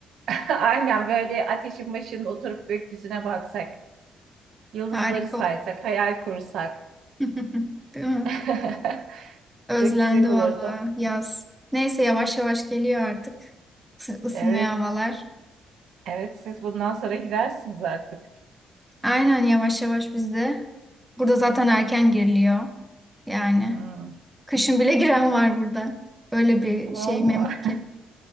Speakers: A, on the right; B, in the centre.
A: <laughs> Aynen böyle ateşin başında oturup gökyüzüne baksak, yıldızları
B: Harika
A: saysak,
B: olur.
A: hayal kursak.
B: <laughs> Değil mi?
A: <laughs>
B: Özlendi
A: Çok güzel
B: valla
A: olurdu.
B: yaz. Neyse yavaş yavaş geliyor artık ısı- ısınıyor
A: Evet,
B: havalar.
A: evet siz bundan sonra gidersiniz artık.
B: Aynen yavaş yavaş bizde. Burada zaten erken giriliyor. Yani
A: Hmm.
B: kışın bile <laughs> giren var burada. Öyle bir
A: Oo,
B: şey memleket.
A: <laughs>